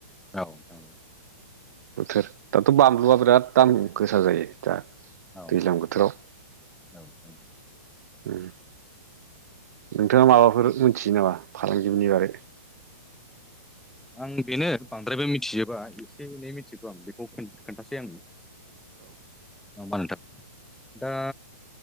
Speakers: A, in the centre; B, on the right.
A: औ औ
B: बोथोर दाथ' बानलुआ बिराद दाम गोसा जायो दा
A: औ नोंथां
B: दैज्लां बोथोराव
A: औ औ औ
B: उम नोंथाङा माबाफोर मोनथियो नामा फालांगिनि बागै
A: आं बेनो बांद्रायबो मिथिजोबा एसे एनै मिथिगौ आं बेखौ खोन्थासै आं होमबा नोथां दा